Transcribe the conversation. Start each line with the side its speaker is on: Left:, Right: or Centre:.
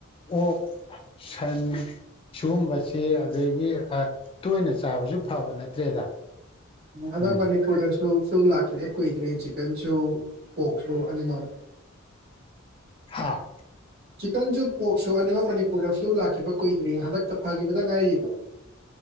Left: ꯑꯣꯛ ꯁꯟ ꯁꯤꯒꯨꯝꯕꯁꯤ ꯑꯗꯒꯤ ꯇꯣꯏꯅ ꯆꯥꯕꯁꯨ ꯐꯕ ꯅꯠꯇ꯭ꯔꯦꯗ
Right: ꯍꯟꯗꯛ
Left: ꯎꯝ
Right: ꯃꯅꯤꯄꯨꯔꯗꯁꯨ ꯐꯂꯨ ꯂꯥꯛꯈꯤꯕꯥ ꯀꯨꯏꯗ꯭꯭ꯔꯤ ꯆꯤꯛꯀꯟꯁꯨ ꯄꯣꯛꯁꯨ ꯑꯅꯤꯃꯛ
Left: ꯍꯥꯥ
Right: ꯆꯤꯛꯀꯟꯁꯨ ꯄꯣꯛꯁꯨ ꯑꯅꯤꯃꯛ ꯃꯅꯤꯄꯨꯔꯗ ꯐ꯭ꯂꯨ ꯂꯥꯛꯈꯤꯕ ꯀꯨꯏꯗ꯭ꯔꯤ ꯍꯟꯗꯛꯇ ꯐꯈꯤꯕꯗ ꯉꯥꯏꯔꯤꯕ